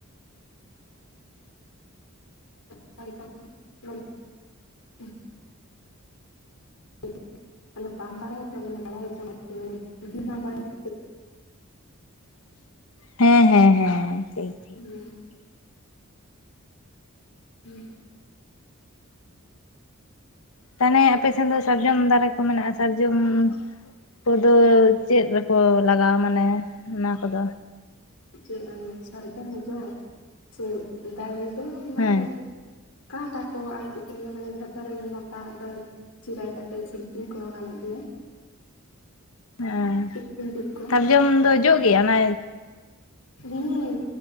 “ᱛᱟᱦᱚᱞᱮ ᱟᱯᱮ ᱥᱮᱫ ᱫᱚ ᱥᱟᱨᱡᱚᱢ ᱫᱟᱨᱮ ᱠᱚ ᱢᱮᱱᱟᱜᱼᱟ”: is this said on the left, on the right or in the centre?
Left